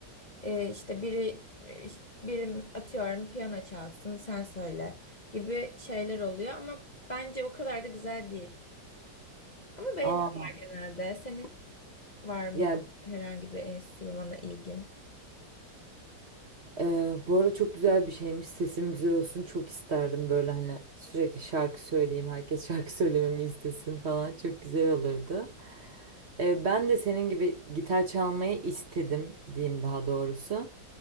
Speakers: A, on the left; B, on the right.
A: Ee, işte biri e, işte birim atıyorum piyano çalsın sen söyle gibi şeyler oluyor ama bence o kadar da güzel değil. Ama beğeniyorlar
B: aa
A: genelde. Senin var mı
B: yani
A: herhangi bir enstrümana ilgin?
B: e, bu arada çok güzel bir şeymiş sesim güzel olsun çok isterdim böyle hani sürekli şarkı söyleyeyim herkes <laughs> şarkı söylememi istesin falan çok güzel olurdu. E, ben de senin gibi gitar çalmayı istedim diyeyim daha doğrusu.